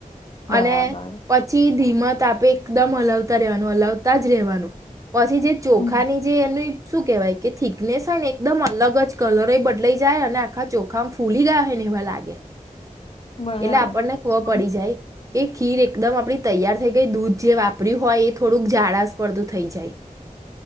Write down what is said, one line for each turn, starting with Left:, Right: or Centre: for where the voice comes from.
Left: બરાબર
Right: અને પછી ધીમ ત આપે એકદમ હલાવતા રવાનું હલાવતા જ રહેવાનું પછી જે ચો
Left: હમ
Right: ચોખાની જે એની શું કેહેવાય કે થિકનેસ હોય ને એકદમ અલગ જ કલર બદલાઈ જાય અને આખા ચોખામાં ફૂલી ગયા હોય ને એવા લાગે એટલે
Left: બરાબર
Right: આપણને ખબર પડી
Left: હમ
Right: જાય કે ખીર એકદમ આપડી તૈયાર થઈ ગઈ દૂધ જે વાપર્યું હોય એ થોડુંક જાળસ પડતું થઈ જાય